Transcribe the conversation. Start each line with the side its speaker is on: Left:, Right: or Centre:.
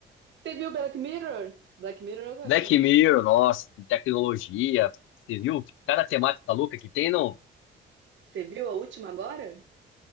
Right: Você viu Black Mirror? Black Mirror eu gosto
Left: Black
Right: também.
Left: Mirror, nossa, de tecnologia. Você viu cada temática louca que tem, não?
Right: Você viu a última agora?